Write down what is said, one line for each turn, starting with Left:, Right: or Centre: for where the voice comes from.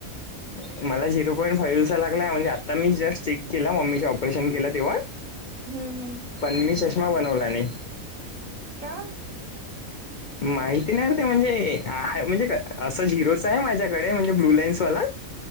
Left: ह मला झिरो पॉईंट फाईव्हचा म्हणजे आता मी जस्ट चेक के म्मी ऑपरेशन केलं तेव्हा.
Right: हम् हम्म
Left: पण मी चष्मा बनवला नाही.
Right: का?
Left: माहिती नाही रे! ते म्हणजे म्हणजे असं झिरोच आहे माझ्याकडे म्हणजे ब्लू लाईन्सवाला